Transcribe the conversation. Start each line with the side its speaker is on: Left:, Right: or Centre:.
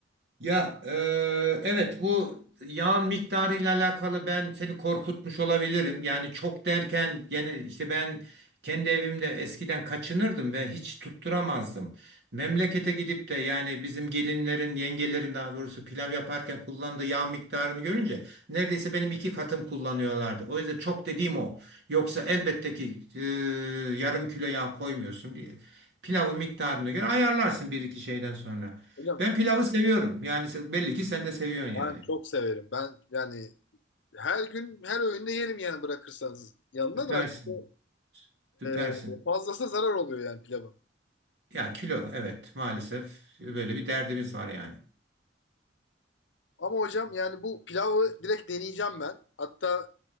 Right: Ya eee, evet bu yağın miktarıyla alakalı ben seni korkutmuş olabilirim. Yani çok derken yani işte ben kendi evimde eskiden kaçınırdım ve hiç tutturamazdım. Memlekete gidip de yani bizim gelinlerin, yengelerin daha doğrusu pilav yaparken kullandığı yağ miktarını görünce neredeyse benim iki katım kullanıyorlardı. O yüzden çok dediğim o. Yoksa elbette ki e, yarım kilo yağ koymuyorsun. Bir- Pilavın miktarına göre ayarlarsın bir iki şeyden sonra.
Left: Hocam
Right: Ben pilavı seviyorum. Yani sen- belli ki sen de seviyorsun yani.
Left: ben çok severim. Ben yani her gün her öğünde yerim yani bırakırsanız. Yanına
Right: Süpersin.
Left: da işte,
Right: Süpersin.
Left: e, fazlası zarar oluyor yani pilavın.
Right: Ya kilo evet maalesef böyle bir derdimiz var yani.
Left: Ama hocam yani bu pilavı direkt deneyeceğim ben. Hatta